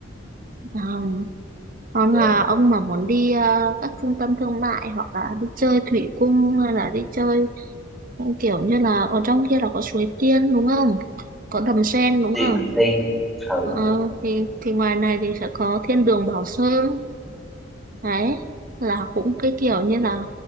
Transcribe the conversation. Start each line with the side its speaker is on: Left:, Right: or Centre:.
Right: Ờ, còn
Centre: để
Right: là ông mà muốn đi ờ, các trung tâm thương mại hoặc là đi chơi thủy cung hay là đi chơi những kiểu như là ở trong kia là có suối tiên đúng không có đầm sen đúng
Centre: đi
Right: không
Centre: mình xem ừ
Right: Ờ, thì thì ngoài này thì sẽ có thiên đường Bảo Sơn Đấy, là cũng cái kiểu như là